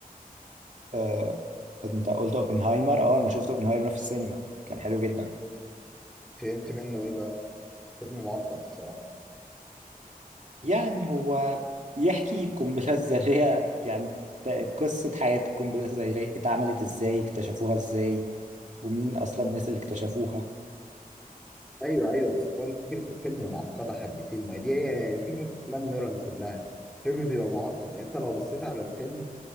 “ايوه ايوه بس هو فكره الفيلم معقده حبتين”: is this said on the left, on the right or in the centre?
Centre